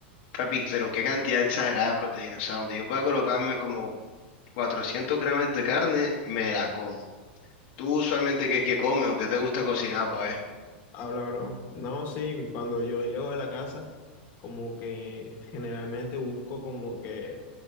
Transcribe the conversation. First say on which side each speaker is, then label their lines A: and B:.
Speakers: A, on the left (about 50°); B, on the left (about 35°).
A: papi, pero qué cantidad exagerada de proteína. O sea, donde yo pueda colocarme como 400 gramos de carne, me la como. ¿Tú usualmente qué, qué comes o qué te gusta cocinar, pa' ver?
B: Habla, bro. No, sí, cuando yo llego a la casa, como que generalmente busco como que